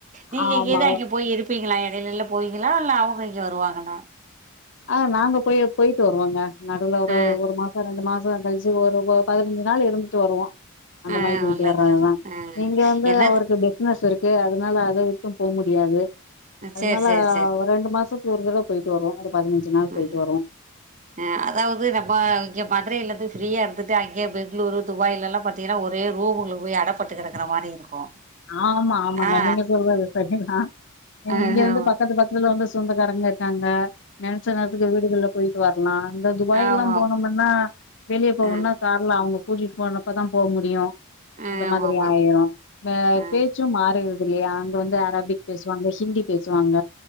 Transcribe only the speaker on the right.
நீங்க
இங்கேந்து அங்க போய் இருப்பீங்களா எ வேலெல்ல போவிங்களா இல்ல அவுங்க இங்க வருவாங்களா?
ஆ
ஆ
நல்லது
நல்லது ஆ
என்னது
சேரி சேரி
ம்
அ அதாவ்து நம்ம இங்க மதுரைலெந்து ஃப்ரீயா இருந்துட்டு அங்கே பெங்களூரு துபாய்லலா பாத்திங்கனா ஒரே ரூம் உள்ள போய் அடப்பட்டு கெடக்குற மாரி இருக்கு
ஆ
ஆ
ஆ
ஆமா
ஆ
ஆமாமா
ஆ